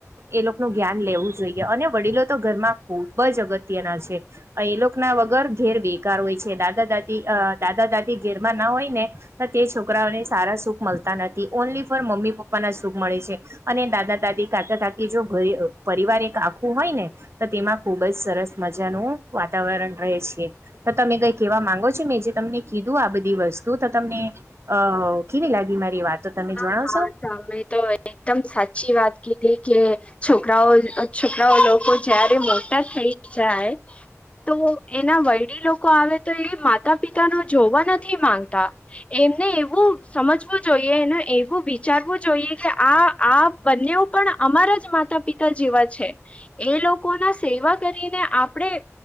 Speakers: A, on the right; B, on the left.
A: એ લોકોનું જ્ઞાન લેવું જોઈએ અને વડીલો તો ઘરમાં ખૂબ જ અગત્ય. તેના છે એ લોકો ના વગર ઘેર બેકાર હોય છે દાદા દાદી દાદા દાદી. ઘેરમાં ના હોય ને તો તે છોકરાઓને. સારા સુખ મળતા નથી ઓનલી ફોર મમ્મી પપ્પાના સુખ મળે છે અને દાદા દાદી કાકા કાકી જો પરિવાર એક આખું હોય ને તો તેમાં ખુબ જ સરસ મજાનું વાતાવરણ રહે છે તો તમે કઈક એવા માંગો છો મેં જે તમને કીધું આ બધી વસ્તુ તો તમને અ કેવી લાગી મારી વાતો તમે
B: હા
A: જણાવશો
B: હા ત મે તો એકદમ સાચી વાત કે છોકરાઓ છોકરાઓ લોકો જયારે મોટા થઈ જાય તો એના વડીલો લોકો આવે તો એ માતા પિતા ને જોવા નથી માંગતા એમને એવું સમજવું જોઈએ એ એવું વિચારવું જોઈએ કે આઆ બંને પણ અમારા જ માતા પિતા પિતા જેવા છે એ લોકો ના સેવા કરીને આપણેે